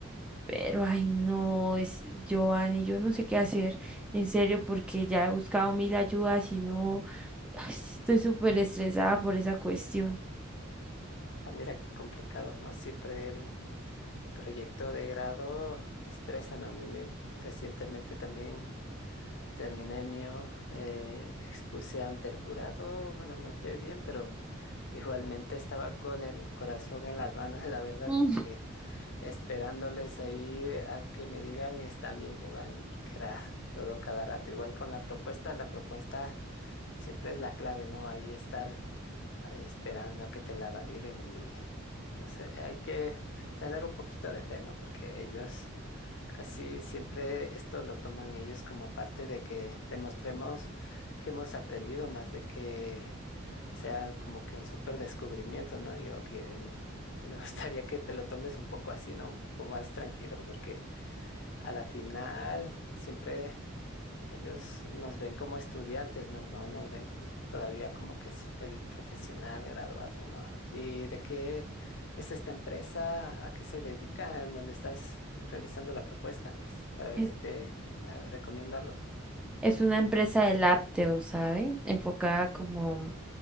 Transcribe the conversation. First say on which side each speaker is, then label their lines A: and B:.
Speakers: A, in the centre; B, on the left.
A: Pero ay no, es Giovanni, yo no sé qué hacer, en serio, porque ya he buscado mil ayudas y no. Ay, Estoy súper estresada por esa cuestión.
B: Ah, mira qué complicado, ¿no? Siempre el proyecto de grado estresa, ¿no? A mí me recientemente también terminé mío, eh, expuse ante el jurado, bueno, me fue bien, pero <laughs> igualmente estaba con el corazón en las manos, <laughs> la verdad,
A: Mm.
B: porque esperándoles ahí a que me digan está bien, Giovanni, porque era todo cada rato, igual con la propuesta, la propuesta. Siempre es la clave, ¿no? Ahí estar eh, esperando a que te la validen y no sé, hay que tener un poquito de fe, ¿no? Porque ellos casi siempre esto lo toman ellos como parte de que demostremos que hemos aprendido más de que sea como que un súper descubrimiento, ¿no? Yo que em, me <laughs> gustaría que te lo tomes un poco así, ¿no? Un poco más tranquilo, porque a la final siempre. Ellos nos ven como estudiantes, ¿no? No no ven todavía como que es el profesional graduado, ¿no? ¿Y de qué es esta empresa? ¿A qué se dedica? ¿En dónde estás realizando la propuesta? Pues para ver
A: Es
B: si te eh, recomiendo algo.
A: es una empresa de lácteos, ¿sabe? Enfocada como,